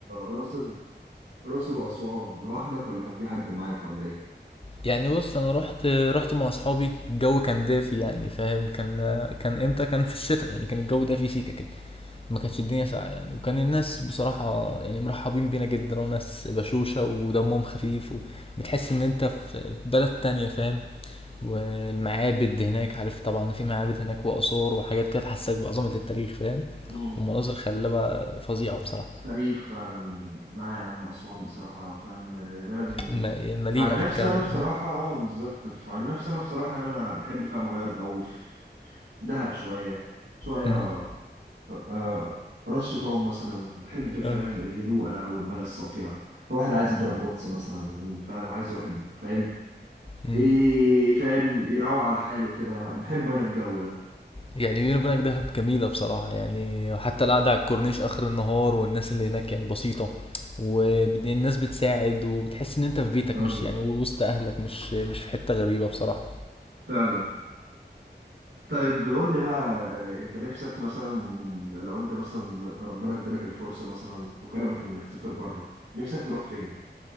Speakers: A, on the right; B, on the left.
A: راس ال- راس الاسوان لوحدك ولا كان في حد معاك ولا ايه
B: يعني بص انا رحت رحت مع اصحابي الجو كان دافي يعني فاهم كان كان امتى كان في الشتاء يعني كان الجو دافي سيكا كده ما كانتش الدنيا ساقعه يعني وكان الناس بصراحه يعني مرحبين بينا جدا وناس بشوشه ودمهم خفيف وبتحس ان انت في في بلد تانية فاهم والمعابد هناك عارف طبعا في معابد هناك وآثار وحاجات كده تحسسك بعظمة التاريخ فاهم
A: امم
B: ومناظر خلابة فظيعة بصراحة
A: تاريخ فعلا لا يا عم أسوان بصراحة فاهم بلد جميلة
B: م- مليئة
A: عن نفسي
B: بالكلام
A: أنا بصراحة اه بالظبط ف- عن نفسي أنا بصراحة يعني أنا بحب فاهم أغير جو في دهب شوية شوية
B: مم.
A: آه راس شيطان مثلا بحب فاهم
B: اه
A: الهدوء أنا والمية الصافية واحد عايز يضرب غطس مثلا فاهم عايز واحد فاهم
B: مم.
A: إيه فاهم يروق على حاله كده بحب أنا الجو ده
B: يعني بيني وبينك دهب جميلة بصراحة يعني حتى القعدة على الكورنيش آخر النهار والناس اللي هناك يعني بسيطة والناس بتساعد وبتحس إن أنت في بيتك
A: فعلا
B: مش يعني وسط أهلك مش مش في حتة غريبة بصراحة
A: فعلا طيب قول لي بقى آه، انت نفسك مثلا لو انت مثلا ربنا ادالك الفرصة مثلا وكرمك انك تسافر بره نفسك تروح فين؟